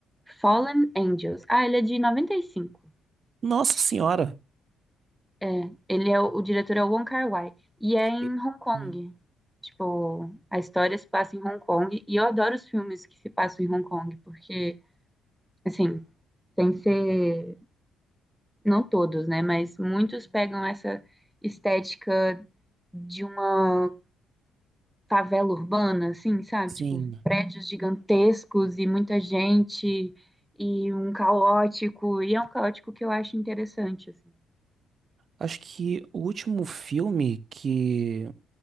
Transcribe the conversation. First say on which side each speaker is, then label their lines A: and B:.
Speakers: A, in the centre; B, on the right.
A: Fallen Angels. Ah, ele é de 95.
B: Nossa senhora.
A: É, ele é o, o diretor é o Wong Kar-wai e é em
B: E-
A: Hong Kong.
B: Hum,
A: Tipo, a história se passa em Hong Kong e eu adoro os filmes que se passam em Hong Kong porque, assim, tem que ser não todos, né? Mas muitos pegam essa estética de uma favela urbana, assim, sabe?
B: Sim.
A: Tipo, prédios gigantescos e muita gente e um caótico e é um caótico que eu acho interessante, assim.
B: Acho que o último filme que